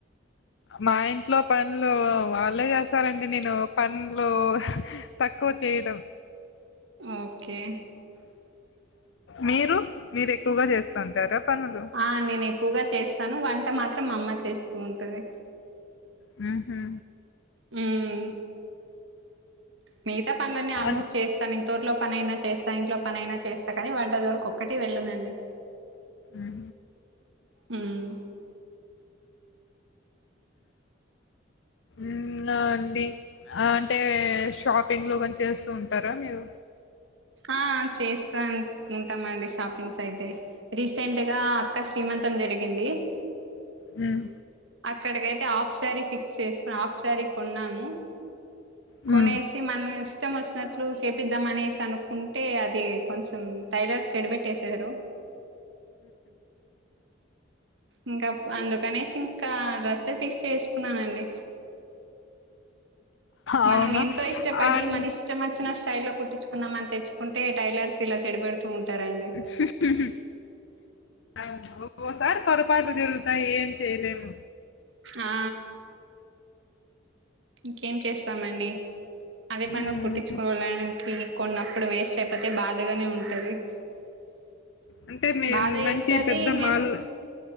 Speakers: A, on the left; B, on the right.
A: మా ఇంట్లో పన్లు వాళ్ళే చేసారండి నేను పన్లు తక్కువ చేయడం.
B: ఓకే
A: మీరు మీరు ఎక్కువగా చేస్తుంటారా పనులు.
B: ఆ నేను ఎక్కువగా చేస్తాను వంట మాత్రం మా అమ్మ చేస్తూ ఉంటది.
A: హ్మ్మ్
B: హ్మ్మ్ మిగతా పనులన్నీ ఆల్మోస్ట్
A: అన్
B: చేస్తాను ఇ తోటలో పనైనా చేస్తా ఇంట్లో పనైనా చేస్తా కానీ వంట జోలికి ఒకటే వెళ్ళనండి
A: ఉహు
B: హ్మ్మ్
A: ఇంగా అండి ఆ అంటే షాపింగ్ లో కొని చేస్తూ ఉంటారా మీరు‌.
B: ఆ చేస్తా ఉంటామండి షాపింగ్స్ అయితే రీసెంట్ గా అక్కు శ్రీమంతం జరిగింది.
A: హ్మ్మ్
B: అక్కడికైతే హాఫ్ సారీ ఫిక్స్ చేసుకుని ఆఫ్ సారీ కొన్నాను.
A: హ్మ్.
B: కొనేసి మన ఇష్టం వచ్చినట్లు చేపిద్దాం అనేసి అను ఉంటే అది కొంచెం టైలర్స్ చెడబెట్టేసారు ఇంకా అప్ అందుకనేసి ఇంకా అ డ్రస్సే ఫిక్స్ చేసుకున్నానండి
A: అవును.
B: మనం ఎంతో ఇష్టపడి
A: అండ్
B: మనిష్ ఇష్టం వచ్చిన స్టైల్లో కుట్టించుకుందామని తెచ్చుకుంటే టైలర్స్ ఇలా చెడి పెడుతూ ఉంటారండి
A: ఫిఫ్టీ ఫె ఆమ్ ఓకోసారి పొరపాట్లు జరుగుతాయి ఏం చేయలేము
B: ఆ ఇంకేం చేస్తామండి అదే
A: హ్మ్.
B: పనిగా కుట్టించు కోల్లైనికి కొన్నప్పుడు వేస్ట్ అయిపోతే బాధగానే ఉంటుంది టది
A: అంటే మేం
B: బాధ
A: మంచి
B: ఏస్తది
A: పెద్ద
B: నెక్స్ట్
A: మాల్